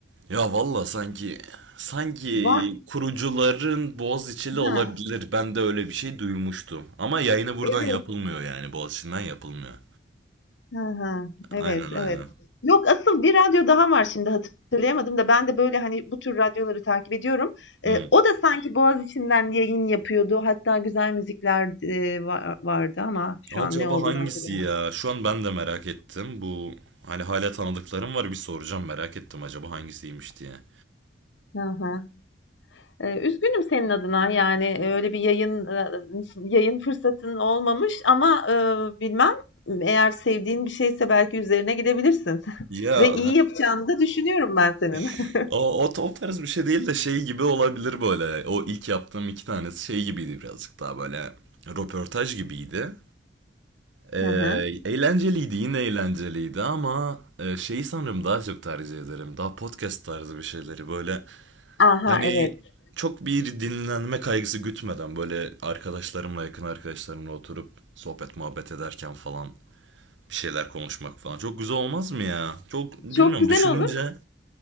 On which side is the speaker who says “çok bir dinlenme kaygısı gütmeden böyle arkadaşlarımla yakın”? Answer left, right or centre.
Right